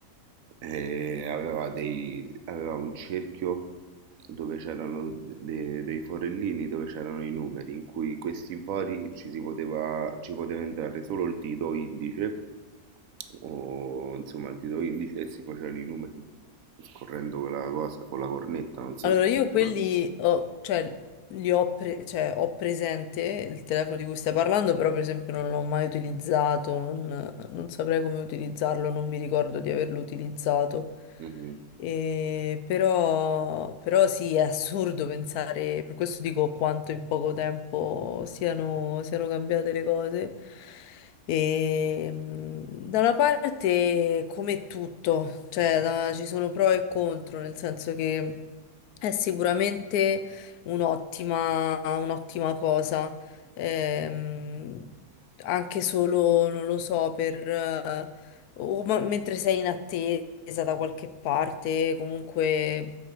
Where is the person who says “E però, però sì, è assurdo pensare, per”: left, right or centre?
Left